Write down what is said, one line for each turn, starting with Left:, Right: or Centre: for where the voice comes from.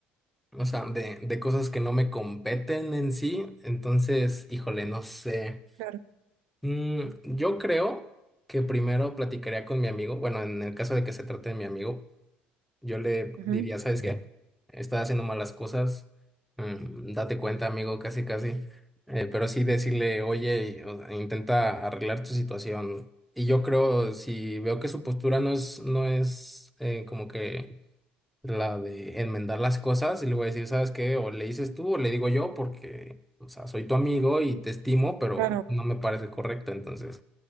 Centre: o sea, de, de cosas que no me competen en sí. Entonces, híjole, no sé.
Right: Claro,
Centre: Mm, yo creo que primero platicaría con mi amigo, bueno, en el caso de que se trate de mi amigo Yo le
Right: ujú,
Centre: diría, ¿sabes qué? Estás haciendo malas cosas, mm, date cuenta, amigo, casi, casi. Eh, pero sí decirle, oye, y, o sea, intenta arreglar tu situación. Y yo creo, si veo que su postura no es, no es eh, como que la de enmendar las cosas, y le voy a decir, ¿sabes qué? O le dices tú o le digo yo, porque, o sea, soy tu amigo y te estimo, pero
Right: claro,
Centre: no me parece correcto, entonces.